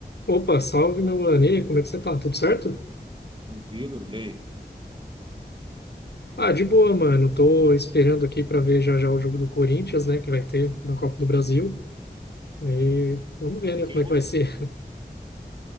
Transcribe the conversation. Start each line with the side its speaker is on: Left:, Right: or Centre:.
Left: Opa, salve meu mano. E aí, como é que você tá? Tudo certo?
Right: Tranquilo. E aí?
Left: Ah, de boa, mano. Tô esperando aqui pra ver já já o jogo do Corinthians, né, que vai ter na Copa do Brasil. E vamos ver,
Right: Você
Left: né,
Right: quem,
Left: como é
Right: né?
Left: que vai ser.